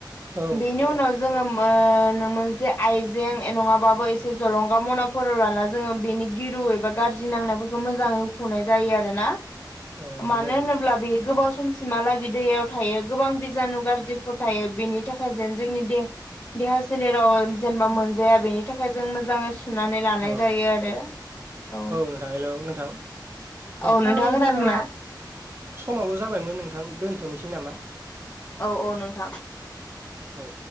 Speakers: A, on the right (about 30°); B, on the left (about 35°).
A: औ
B: बेनि
A: औ
B: उनाव जोङो मो <unintelligible> नो मोनसे आइजें ए नङाबाबो एसे जलंगा मनाफोराव लाना जोङो बेनि गिरु एबा गार जि नांनायफोरखौ मोजाङै हुखुनाय जायो आरो ना।
A: औ
B: मानो
A: जायो
B: होनोब्ला बे गोबाव समसिमहालागै दैयाव थायो गोबां बिजानु गाज्रिफो थायो बेनि थाखाय जेन जोंनि देह देहा सोलेराव जेनेबा मोनजाया बेनि थाखाय जों मोजाङै सु सुनानै लानाय
A: अ
B: जायो आरो औ
A: नोंथां हेलौ नोंथां नोंथां
B: औ नोंथाङा खोनादोंना?
A: जोंना समावबो जाबायमोन नोंथां दोनथ'निसै नामा?
B: औ औ नोंथां
A: औ